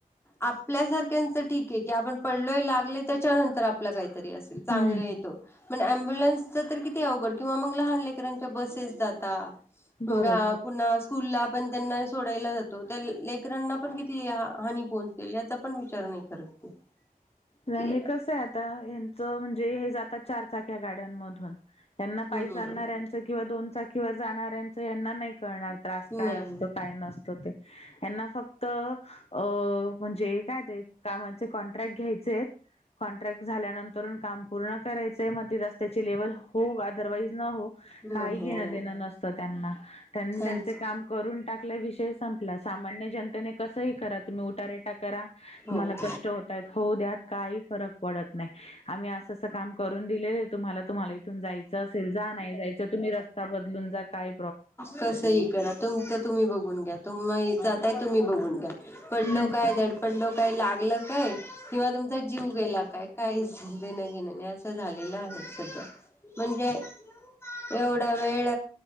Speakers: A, on the left; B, on the left.
A: आपल्या सारख्यांचे ठीक आहे की आपण पडलोय लागलय त्यांतर आप का तरी असल चांगलं
B: हम्म
A: येतो ॲम्बुलन्स चा तर किती अवघड किंवा मग लहान लेकरांच्या बसेस जातात
B: बरोबर.
A: पुन्हा स्कूल ला पण त्यांना सोडायला जातो लेकरांना पण किती हानी पोहोचल याचा पण विचार नाही करत
B: नाही
A: कि
B: हे कस आहे आता यांच म्हणजे हे जातात चार चाक्या गाड्यांमध त्यां
A: हम्म
B: पाई चालच किंवा दोन चाकी जाऱ यांना नाही करणार त्रास काय
A: नाही
B: असतो काय नसतो ते त्यांना फक्त अ म्हणजे काय ते कामाचे कॉन्ट्रॅक्ट घ्यायचे कॉन्ट्रॅक्ट झाल्यानंतर मग काम पूर्ण करायचे आहे. त्याची लेवल हो अदरवाइज न हो
A: न
B: काही
A: हो
B: घेणं देणं नसतं त्यांना त्यांनी
A: जायच
B: त्यांचे काम करून टाकलं विषय संपला. सामान्य जनतेने कस करा तुम्ही उटारेटा करा.
A: हो
B: तुम्हाला कष्ट होतायत. होवूद्या. काही फरक पडत नाही. आम्ही अस अस काम करून दिलेल आहे. तुम्हाला तुम्हाला इथून जायचं असेल जा. नाही जायचं तुम्ही रस्ता बदलून जा. काय
A: कस ही करा तुमच तुम्ही बघून घ्या. तुम्ही जाताय तुम्ही बघून घ्या. पडलो
B: नाही
A: काय?
B: तर
A: धडपडलो काय? लागलं काय? किंवा तुमचा जीव गेला काय? काही देणं घेण नाही असं झालेलं आहे सध्या. म्हणजे एवढा वेळ